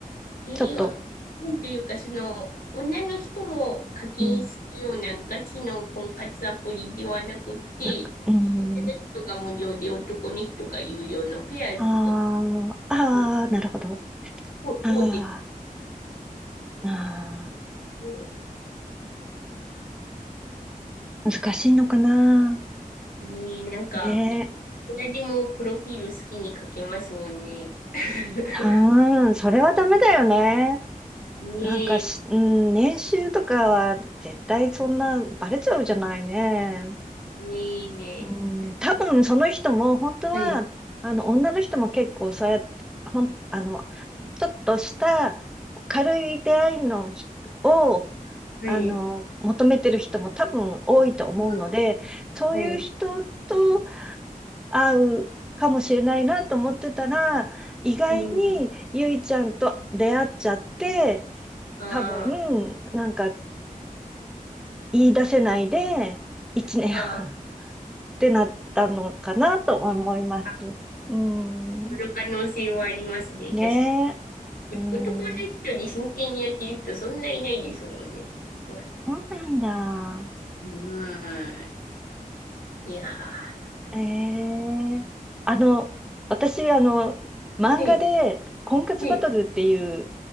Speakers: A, on the left; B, in the centre.
A: えー、
B: ちょっと、
A: わなんていうか、その、女の人も課金するようなガチの婚活アプリではなくて、
B: うん、なんか、うん、
A: 女の人が無料で男の人が有料のペアーズと
B: ああ、ああ、
A: いう
B: なるほど。
A: 大大手
B: ああ、ああ、
A: うん
B: 難しいのかな。
A: うんに、なんか、
B: ねえ
A: 誰でもプロフィール好きに書けますもんね。<laughs>
B: うーん、それはダメだよね。
A: ねえ、
B: なんかし、うん、年収とかは絶対そんなバレちゃうじゃないね。
A: ねえ。
B: うん、多分その人も本当は、
A: はい、
B: あの、女の人も結構そうやって、ほん、あの、ちょっとした軽い出会いのひを、
A: はい、
B: あの、求めてる人も多分多いと思うので、
A: うん、
B: そういう人と
A: はい、
B: 合うかもしれないなと思ってたら、意外にゆいちゃんと出会っちゃって、
A: うん。ああ、
B: 多分、なんか言い出せないで、一年半っ
A: あ
B: てなったのかなと思います。
A: あ、あ
B: うん。
A: その可能性はありますね、
B: ねえ。
A: 確かに。
B: うん。
A: お男の人に真剣にやってる人そんないないですもんね。まあ、
B: そうなんだ。
A: うん。いやー。
B: ええあの、私、あの、漫画で、
A: はい、
B: 婚活バトルっていう、
A: はい、